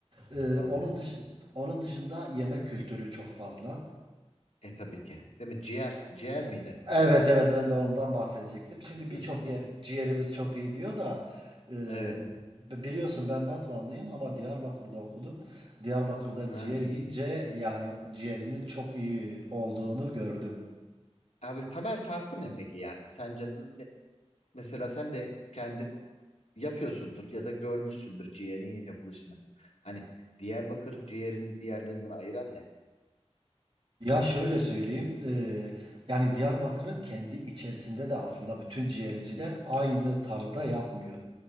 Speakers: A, on the right; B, on the left.
A: E,
B: Anladım.
A: onun dışında onun dışında yemek kültürü çok fazla.
B: E tabii ki. Değil mi? Ciğer. Ciğer miydi?
A: Evet evet ben de ondan bahsedecektim. Şimdi birçok
B: <laughs>
A: yer ciğerimiz çok iyi diyor da e,
B: Evet.
A: biliyorsun ben Batmanlıyım ama Diyarbakır'da okudum. Diyarbakır'da
B: Ha.
A: ciğer yiyince yani ciğerinin çok iyi olduğunu gördüm.
B: Abi temel farkı ne peki yani? Sence Mesela sen de kendin yapıyorsundur ya da görmüşsündür ciğerin yapılışını. Hani Diyarbakır ciğerini diğerlerinden ayıran ne?
A: Ya şöyle söyleyeyim, eee, yani Diyarbakır'ın kendi içerisinde de aslında bütün ciğerciler aynı tarzda yapmıyor.